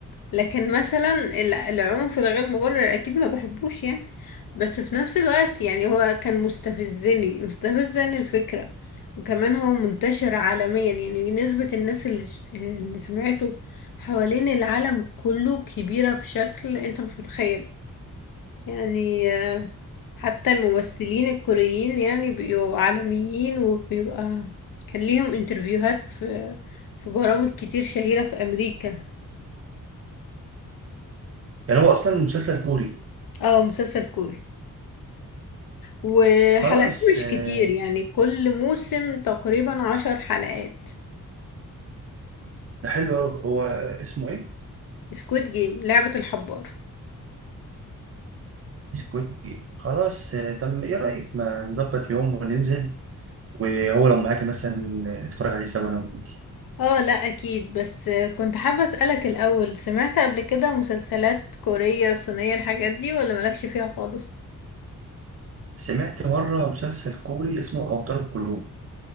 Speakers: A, on the left; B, on the right.
A: لكن مثلا ال- العنف الغير مبرر اكيد ما بحبوش يعني بس في نفس الوقت يعني هو كان مستفزني مستفزني الفكرة وكمان هو منتشر عالميا يعني نسبة الناس اللي, ش... اللي سمعته حوالين العالم كله كبيرة بشكل انت مش متخيل يعني آه، حتى الممثلين الكوريين يعني بيبقوا عالميين وبيبقى كان ليهم انترفيوهات في في برامج كتير شهيرة في أمريكا
B: يعني هو اصلا مسلسل كوري
A: اه مسلسل كوري وحلقاته
B: خلاص
A: مش
B: آه،
A: كتير يعني كل موسم تقريبا عشر حلقات
B: ده حلو أوي هو اسمه إيه؟
A: سكويد جيم لعبة الحبار
B: سكويد جيم خلاص آه، طب إيه رأيك ما نظبط يوم وننزل وهو لو معاكي مثلا نتفرج عليه سوا أنا وأنت
A: اه لا اكيد بس كنت حابة اسألك الاول سمعت قبل كده مسلسلات كورية صينية الحاجات دي ولا مالكش فيها خالص
B: سمعت مرة مسلسل كوري اسمه أوتار القلوب